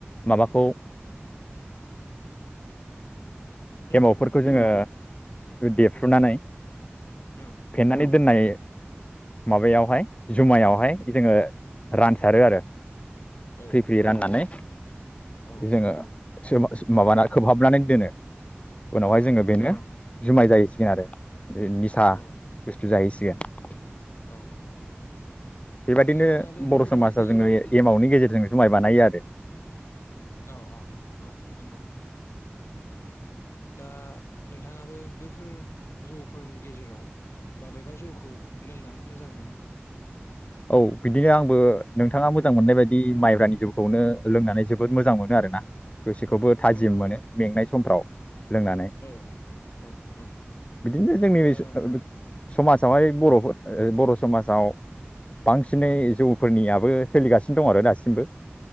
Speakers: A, on the left (about 30°); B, on the left (about 80°).
A: माबाखौ
B: एमावखौ
A: एमावफोरखौ जोङो
B: औ
A: देफ्रुनानै
B: औ
A: फेन्नानै दोननाय माबायावहाय जुमायावहाय जोङो रानसारो आरो
B: औ
A: फ्रि फ्रि राननानै
B: औ
A: जोङो सोहाब माबा खोबहाबनानै दोनो उनावहाय
B: औ
A: जोङो बेनो जुमाय जाहैसिगोन आरो निसा
B: औ
A: जाहैसिगोन
B: औ
A: बेबायदिनो
B: दा नोंथाङाबो बैफोरबायदि
A: बर' समाजाव जोङो एमावनि गेजे जों जुमाय बानायो आरो
B: औ औ औ औ नंगौ नोंथां दा नोंथाङाबो बैफोर जौफोरनि गेजेराव माबेबा जौखौ लोंनानै मोजां मोनो।
A: औ बिदिनो आंबो नोंथाङा मोजां मोननाय बायदि माइब्रानि जौखौनो लोंनानै जोबोद मोजां मोनो आरो ना। गोसोखौबो थाजिम
B: अ
A: मोनो मेंनाय समफ्राव लोंनानै
B: औ औ औ
A: बिदिनो जोंनि
B: दा
A: <unintelligible> समाजावहाय बर'फोर बर' समाजाव बांसिनै जौफोरनियाबो सोलिगासिनो दं आरो दासिमबो।